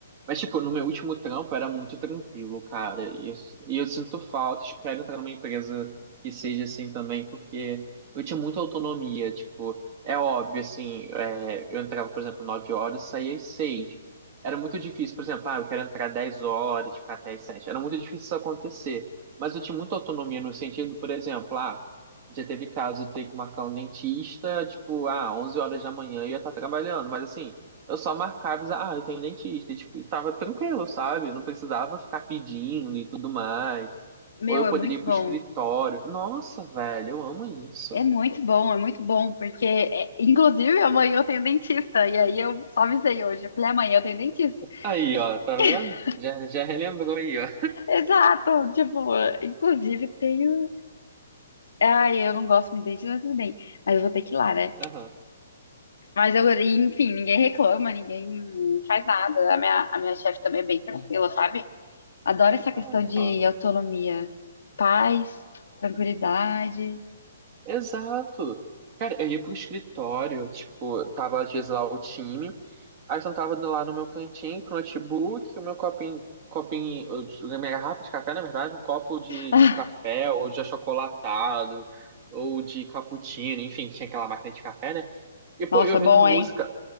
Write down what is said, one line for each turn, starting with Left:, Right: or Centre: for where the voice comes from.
Right: Mas, tipo, no meu último trampo era muito tranquilo, cara. E eu, e eu sinto falta, espero entrar numa empresa que seja assim também, porque eu tinha muita autonomia. Tipo, é óbvio, assim, é, eu entrava, por exemplo, 9 horas, saía às 6. Era muito difícil, por exemplo, ah, eu quero entrar 10 horas, ficar até às 7. Era muito difícil isso acontecer. Mas eu tinha muita autonomia no sentido, por exemplo, ah, já teve caso de eu ter que marcar um dentista, tipo, ah, 11 horas da manhã eu ia estar trabalhando, mas assim. Eu só marcava, e dizia, ah, eu tenho dentista, e, tipo, e tava tranquilo, sabe? Eu não precisava ficar pedindo e tudo mais.
Left: Meu,
Right: Ou eu
Left: é
Right: poderia
Left: muito
Right: ir pro
Left: bom.
Right: escritório. Nossa, velho, eu amo isso.
Left: É muito bom, é muito bom, porque, é, inclusive, amanhã eu tenho dentista, e aí eu só avisei hoje, eu falei, amanhã eu tenho dentista.
Right: Aí, ó, tá vendo?
Left: <laughs>
Right: Já, já relembrou aí, ó.
Left: Exato, tipo, inclusive tenho. Ai, eu não gosto muito de dentista, mas tudo bem, mas eu vou ter que ir lá, né?
Right: Aham.
Left: Mas eu, enfim, ninguém reclama, ninguém faz nada. A minha, a minha chefe também é bem tranquila, sabe? Adoro essa
Right: Ah,
Left: questão
Right: então.
Left: de autonomia, paz, tranquilidade.
Right: Exato. Cara, eu ia pro escritório, tipo, tava às vezes lá o time, aí eu sentava lá no meu cantinho com o notebook, o meu copinho, copinho, a minha garrafa de café, na verdade, um copo de,
Left: <laughs>
Right: de café, ou de achocolatado, ou de cappuccino, enfim, tinha aquela máquina de café, né? E, pô,
Left: Nossa,
Right: eu ouvindo
Left: bom,
Right: música.
Left: hein?